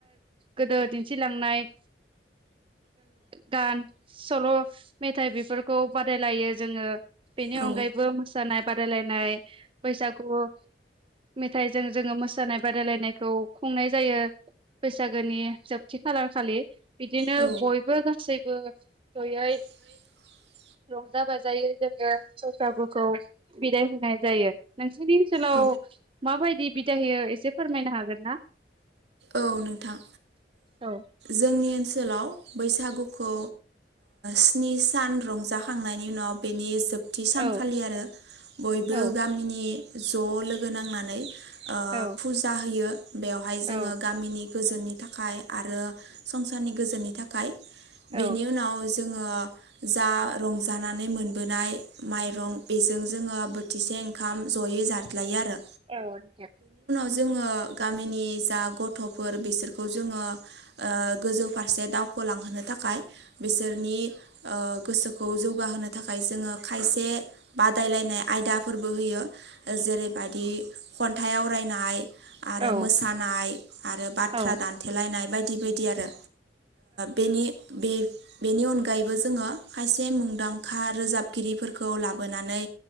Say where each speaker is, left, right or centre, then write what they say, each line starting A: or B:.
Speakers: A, on the right (about 30°); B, on the right (about 80°).
A: गोदो दिन्थिलांनाय। गान सल मेथाइ बेफोरखौ बादायलायो जोंङो। बेनि
B: औ
A: अनगायैबो मोसानाय बादायलायनाय बैसागु। मेथाइजों जोंङो मोसानाय बादायलायनायखौ खुंनाय जायो। बैसागुनि जोबथि खालारखालि। बिदिनो
B: औ
A: बयबो गासैबो जयै।
B: <inaudible>
A: रंजा बाजायै जोंङो बैसागुखौ बिदाय होनाय जायो। नोंनि ओनसोलाव
B: औ
A: माबायदि बिदाय होयो एसे फोरमायनो हागोन ना।
B: औ नोंथां
A: औ
B: जोंनि ओनसोलाव बैसागुखौ। स्नि सान रंजाखांनायनि उनाव बेनि जोबथा। थि सानखालि
A: औ
B: आरो बयबो
A: औ
B: गामिनि ज लोगो नांनानै।
A: औ
B: फुजा होयो बेवहाय जोंङो।
A: औ
B: गोदोनि थाखाय आरो संसारनि गोजोननि थाखाय बेनि
A: औ
B: उनाव। जों जा रंजानानै मोननाय माइरं बेजों जों बोथिसे। ओंखाम जयै जाज्लायो आरो।
A: औ।
B: जोंङो गामिनि जा गथ'। गथ'फोर बिसोरखौ जोंङो गोजौ फारसे दावखोलांहोनो थाखाय। बिसोरनि गोसोखौ जौगाहोनो थाखाय। थाखाय जोंङो खायसे बादायलायनाय आयदाफोरबो होयो जेरैबायदि। खन्थाइ आवरायनाय
A: औ
B: आरो मोसानाय आरो बाथ्रा
A: औ
B: दान्थेलायनाय। लायनाय बायदि बायदि आरो बेनि। बेनि अनगायैबो जोंङो खायसे मुंदांखा रोजाबगिरिफोरखौ लाबोनानै।